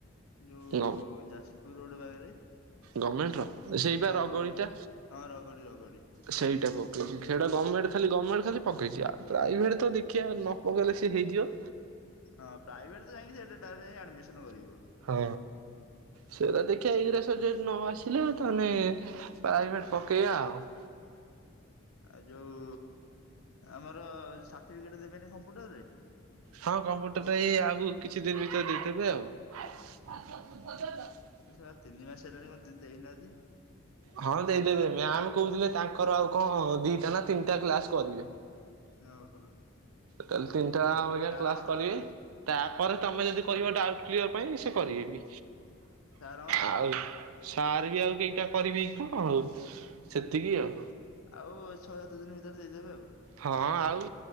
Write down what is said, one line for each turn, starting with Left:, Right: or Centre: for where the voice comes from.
Left: ଯୋଉ
Right: ଗ
Left: ଯାସ ପୁର ରୋଡ଼ ପାଖରେ
Right: ଗମେଣ୍ଟର ସେଇପା
Left: ହଁ
Right: ରଗଡିଟା
Left: କ ହଁ ରଗଡ଼ି-ରଗଡ଼ି।
Right: ସେଇଟା ପକେଇଚି ଖେଡା ଗମେଣ୍ଟ ଖାଲି ଗମେଣ୍ଟ ଖାଲି ପକେଇଚି ଆ ପ୍ରାଇଭେଟ୍ ତ
Left: ଓହୋ
Right: ଦେଖିଆ ନ ପକେଇଲେ ସେ ହେଇଯିବ।
Left: ହଁ ପ୍ରାଇଭେଟ ତ ଯାଇଁକି ସେଟା ଡାଇରେକ୍ଟ ଯାଇକି ଆଡ୍ମିସନ କରିବୁ।
Right: ହଁ ସେରା ଦେଖ ସେଇଗରା ସ ଯଦ ନ ଆସିଲା ତାହେନେ ପ୍ରାଇଭେଟ୍ ପକେଇଆ ଆଉ।
Left: ଆ ଯୋଉ ଆମର ସାର୍ଟିଫିକେଟ ଦେବେନି କମ୍ପ୍ୟୁଟରରେ।
Right: ହଁ କମ୍ପ୍ୟୁଟର ଟା ଏଇ ଆଉ କିଛି ଦିନ୍ ଭିତରେ ଦେଇଦେବେ ଆଉ। <unintelligible>
Left: ଏ ସଳା ତିନି ମାସ ହେଲାଣି କ ଦ-ଦେଇନାହାନ୍ତି।
Right: ହଁ ଦେଇଦେବେ ମ୍ୟାମ୍ କହୁଥିଲେ ତାଙ୍କର ଆଉ ଙ୍କ ଦିଟା ନା ତିନ୍ ଟା କ୍ଲାସ୍ କରିବେ।
Left: ଓହୋ।
Right: ତାହଲେ ତିନ୍ ଟା ବାଗିଆ
Left: ସାରଙ୍କର
Right: କ୍ଲାସ୍ କରିବେ। ତାପରେ ତମେ ଯଦି କହିବ ଡାଉଟ୍ କ୍ଲିୟର ପାଇଁ ସେ କରିବେ ବି।
Left: ସାରଙ୍କର
Right: ଆଉ ସାର୍ ବି ଆଉ ଦିଟା। କରିବେ କି ଙ୍କ ଆଉ ସେତିକି ଆଉ।
Left: ଆଉ ଛଅ ସାତ ଦିନି ଭିତରେ ଦେଇଦେବେ ଆଉ।
Right: ହଁ ଆଉ